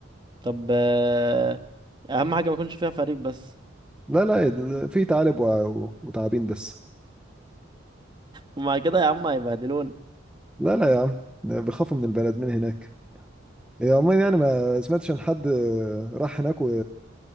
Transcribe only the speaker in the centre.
لا لا ال- في تعالب و... وتعابين بس
لا لا يا عم بيخافوا من البلد من هناك هي عموما يعني ما سمعتش عن حد راح هناك و...